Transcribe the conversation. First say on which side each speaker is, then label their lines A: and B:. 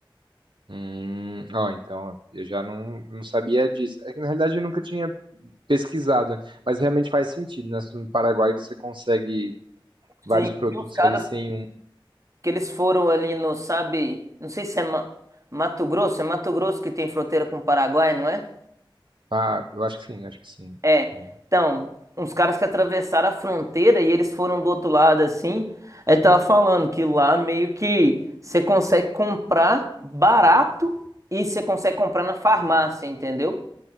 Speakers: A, on the right; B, on the right.
A: Hum, ó, então, eu já não, não sabia disso. É que, na realidade, eu nunca tinha pesquisado, né? Mas realmente faz sentido, né? Se No Paraguai você consegue vários
B: Sim,
A: produtos
B: eu vi uns caras
A: ali sem um.
B: que eles foram ali no, sabe? Não sei se é Ma- Mato Grosso, é Mato Grosso que tem fronteira com o Paraguai, não é?
A: Ah, eu acho que sim, acho que sim.
B: É.
A: Hum.
B: Então, uns caras que atravessaram a fronteira e eles foram do outro lado assim. ele tava falando que lá meio que você consegue comprar barato e você consegue comprar na farmácia, entendeu?